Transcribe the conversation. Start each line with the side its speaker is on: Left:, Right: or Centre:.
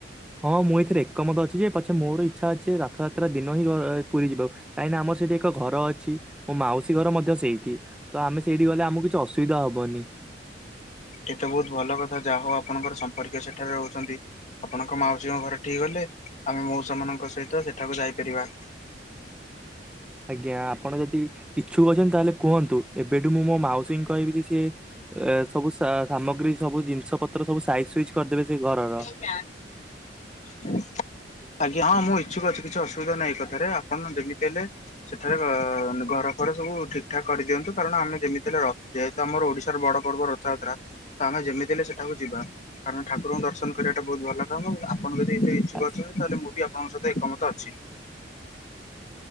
Centre: ହଁ ମୁଁ ଏଥିରେ ଏକମତ ଅଛି ଯେ ପଛେ ମୋର ଇଚ୍ଛା ଅଛି ରଥଯାତ୍ରା ଦିନ ହିଁ ପୁରୀ ଯିବ। କାହିଁକି ନା ଆମର ସେଇଠି ଏକ ଘର ଅଛି ମୋ ମାଉସୀ ଘର ମଧ୍ୟ ସେଇଠି। ତ ଆମେ ସେଇଠି ଗଲେ ଆମକୁ କିଛି ଅସୁବିଧା ହବନି।
Left: ଏ ତ ବହୁତ୍ ଭଲ କଥା ଯାହା ହଉ ଆପଣଙ୍କର ସମ୍ପର୍କୀୟ ସେଠାରେ ରହୁଛନ୍ତି। ଆପଣଙ୍କ ମାଉସୀଙ୍କ ଘରଠିକି ଗଲେ ଆମେ ମଉସାମାନଙ୍କ ସହିତ ସେଠାକୁ ଯାଇପାରିବା।
Centre: ଆଜ୍ଞା, ଆପଣ ଯଦି ଇଚ୍ଛୁକ ଅଛନ୍ତି ତାହେଲେ କୁହନ୍ତୁ ଏବେଠୁ ମୁଁ ମୋ ମାଉସୀଙ୍କୁ କହିବି ଯେ ସିଏ ଏ ସବୁ ସା ସାମଗ୍ରୀ ସବୁ ଜିନିଷପତ୍ର ସବୁ ସାଇଜ୍ ସୁଇଜ୍ କରିଦେବେ ସେ ଘରର।
Left: ଫ୍ୟାନ୍ ଆଜ୍ଞାଁ ହଁ ମୁଁ ଇଚ୍ଛୁକ ଅଛି, କିଛି ଅସୁବିଧା ନାହିଁ ଏ କଥାରେ ଆପଣ ଯେମିତି ହେଲେ ସେଠାରେ ଅ-ଅ ଘର ଫର ସବୁ ଠିକଠାକ୍ କରିଦିଅନ୍ତୁ କାରଣ ଆମେ ଯେମିତି ହେଲେ ର ଯେହେତୁ ଆମର ଓଡିଶାର ବଡ ପର୍ବ ରଥଯାତ୍ରା, ତ ଆମେ ଯେମିତି ହେଲେ ସେଠାକୁ ଯିବା କାରଣ ଠାକୁରଙ୍କୁ ଦର୍ଶନ କରିବାଟା ବହୁତ୍ ଭଲ। ହଁ ମୁଁ ଆପଣ ଯଦି ଏତେ ଇଚ୍ଛୁକ
Centre: ଆ-
Left: ଅଛନ୍ତି ତାହେଲେ ମୁଁ ବି ଆପଣଙ୍କ ସହିତ ଏକମତ ଅଛି।